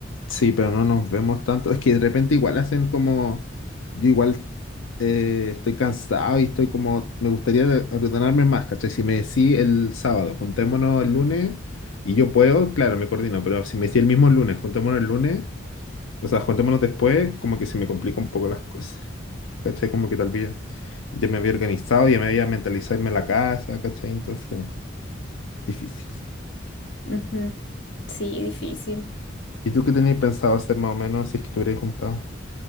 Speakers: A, on the left; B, on the left.
A: Sí, pero no nos vemos tanto. Es que de repente igual hacen como... Yo igual eh, estoy cansado y estoy como... Me gustaría ordenarme más, ¿cachai? Si me decís el sábado, juntémonos el lunes y yo puedo, claro, me coordino, pero si me decís el mismo lunes, juntémonos el lunes, o sea, juntémonos después, como que se me complica un poco las cosas, ¿cachai? Como que tal vez ya me había organizado, ya me había mentalizado irme a la casa, ¿cachai? Entonces, difícil.
B: Ujú. Sí, difícil.
A: ¿Y tú qué tenías pensado hacer más o menos si es que te juntado?